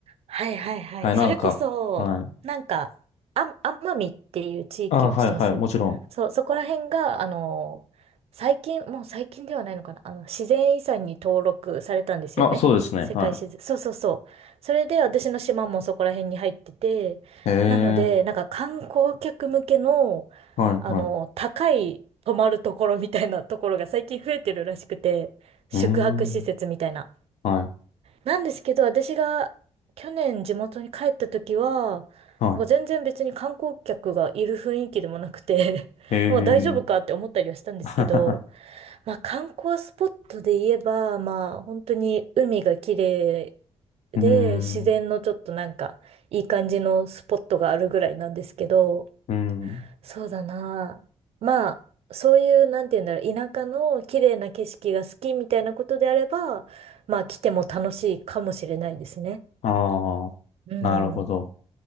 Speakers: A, on the right (about 60°); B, on the left (about 80°).
A: はいはいはい。
B: はい、
A: それこそ、
B: なんか、はい。
A: なんか、あ、奄美っていう地域は知ってますそう、
B: あ、はい、はい、もちろ
A: そこら辺が、あの、最近、もう最近ではないのかな、あの、自然遺産に登録されたんですよね。
B: ん。あ、そうですね、
A: 世界自然。
B: は
A: そうそうそう。それで私の島もそこら辺に入ってて、
B: い。へえ、
A: なので、なんか観光客向けの、
B: はい、
A: あの、
B: はい。
A: 高い泊まるところみたいなところが最近増えてるらしくて、宿泊施設みたいな。
B: うーん、はい、
A: なんですけど、私が去年地元に帰った時は、
B: はい。
A: なんか全然別に観光客がいる雰囲気でもなくて <laughs>
B: へえ、
A: まあ大丈夫かって思ったりはしたんですけど、
B: <laughs>
A: まあ観光スポットで言えば、まあ本当に海が綺麗で、
B: うーん、
A: 自然のちょっとなんかいい感じのスポットがあるぐらいなんですけど、
B: うん。
A: そうだな。まあ、そういう、なんて言うんだろう、田舎の綺麗な景色が好きみたいなことであれば、まあ、来ても楽しいかもしれないですね。
B: ああ、
A: うん。
B: なるほど。